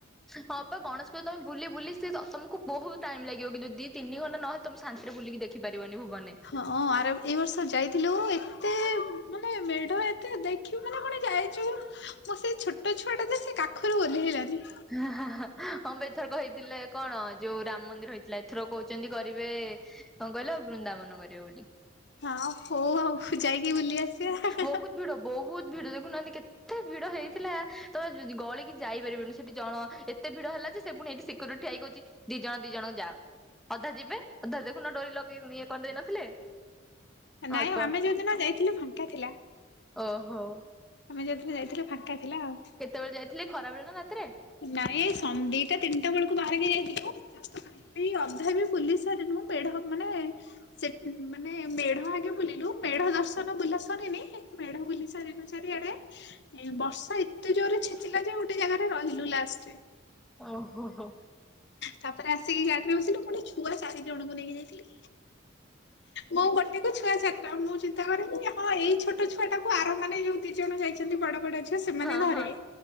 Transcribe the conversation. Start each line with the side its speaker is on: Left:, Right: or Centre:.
Centre: ପା ଗଣେଶ ପୂଜା ତମେ ବୁଲି ବୁଲି ସେ ତ-ତମକୁ ବହୁତ ଟାଇମ ଲାଗିବ କିନ୍ତୁ ଦି ତିିନି ଘଣ୍ଟ ନହଲେ ତମେ ଶନ୍ତିରେ ବୁିଲିକି ଦେ ଖି ପାରିବନି ଭୁବନ ରେ।
Left: ହଁ ଆର ଏଇ ବର୍ଷ ଯାଇଥିଲୁ ଏତେ ମାନେ ମେଢ଼ ଏତେ ଦେଖୁବୁ ମାନେ କଣ ଯାଇଚୁ ମୋ ସେଇ ଛୋଟ ଛୁଆ ଟା ଯେ ସେ କାଖରୁ ଓଲ୍ହେଇଲାନି।
Centre: ହା ହା ହା ହଁ ମ୍ବେ ଏଥରକ ହେଇଥିଲା କଣ ଯୋଉ ରାମ ମନ୍ଦିର ହେଇଥିଲା। ଏଥରକ କୋଉଚନ୍ତି କରିବେ କଣ କଇଲ ବୃନ୍ଦାବନ କରିବେ ବୋଲି।
Left: ହଁ ହଉ ଆଉ ଯାଇକି ବୁଲି ଆସିବା ହେଁ
Centre: ବହୁତ
Left: ହେଁ।
Centre: ଭିଡ ବହୁତ ଭିଡ ଦେଖୁନାହାନ୍ତି କେ ଏତେ ଭିଡ ହେଇଥିଲା ତମେ ଗଳିକି ଯାଇପାରିବନି ସେଠି ଜଣ ଏତେ ଭିଡ ହେଲା ଯେ ସେ ପୁଣି ଏଇଟି ସିକ୍ୟୁରି ଠିଆ ହେଇ କଉଚି ଦି ଜଣ ଦି ଜଣ ଯାଅ। ଅଧା ଯିବେ ଅଧା ଦେଖୁନଡୋରି ଲଗେଇ ଇଏ କରିଦେଇ ନଥିଲେ।
Left: ନାଇଁ
Centre: ଅଳ୍ପ ଅଳ୍ପ
Left: ଆମେ ଯୋଉଦିନ ଯାଇଥିଲୁ ଫାଙ୍କା ଥିଲା।
Centre: ଓହୋ।
Left: ଆମେ ଯେତେବେଳେ ଯାଇଥିଲେ ଫାଙ୍କା ଥିଲା ଆଉ
Centre: କେତେବେଳେ ଯାଇଥିଲେ ଖରାବେଳେ ନା ରାତିରେ?
Left: ନାଇଁ ଦିଟା ତିନିଟା ବେଳକୁ ବାହାରିକି ଯାଇଥିଲି ମୁଁ। ଏ ଅଧା ବି ବୁଲି ସାରି ନୁଁ, ମେଢ ମାନେ ସେ ମାନେ ମେଢ ଆଗ ବୁଲିଲୁ ମେଢ ଦର୍ଶନ ବୁଲାସରିନି ମେଢ ବୁଲି ସାରିନୁ ଚାରି ଆଡେ ବର୍ଷା ଏତେ ଜୋରରେ ଛେଚିଲା ଯେ ଗୋଟେ ଜାଗାରେ ରହି ଥିଲୁ ଲାଷ୍ଟରେ।
Centre: ଓହୋ ହୋ।
Left: ତାପରେ ଆସିକି ଗାଡିରେ ବସିଲୁ, ମୁଁ ପୁଣି ଛୁଆ ଚାରି ଜଣଙ୍କୁ ନେଇକି ଯାଇଥିଲି। ମୁଁ ଗୋଟେକୁ ଛୁଆ ଚାରିଟା, ମୁଁ ଚିନ୍ତା କରେନି ହଁ ଏଇ ଛୋଟ ଛୁଆ ଟାକୁ ଆର ମାନେ ଯୋଉ ଦି ଜଣ ଯାଇଛନ୍ତି ବଡ ବଡ ଝିଅ ସେମାନେ
Centre: ହଁ
Left: ଧରିବେ।
Centre: ହଁ